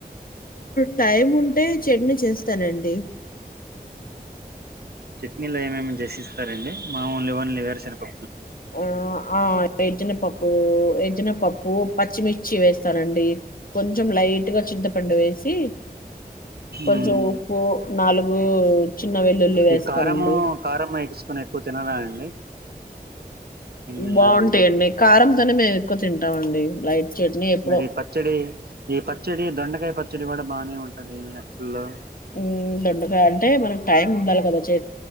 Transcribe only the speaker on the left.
టైం ఉంటే చెడ్ని చేస్త స్తానండి
ఆ ఆ ఎజన పప్పు ఎజిన పప్పు పచ్చిమిర్ చ్చి వేస్తానండి కొంచెం లైట్ గా చింత పంండ వే వ కొంచెం
ఉప్పు నాలుగు చిన్న వెల్లుల్లి వేస్తారండి
బాగుంటాయండి
కారంతోనే మేము ఎక్కువ తింటా ంటా అండి లైట్ చట్నీ ఎప్పుడో
ఉ దండగ అంటే మనకు టైమ్ ఉండాలి కదా చే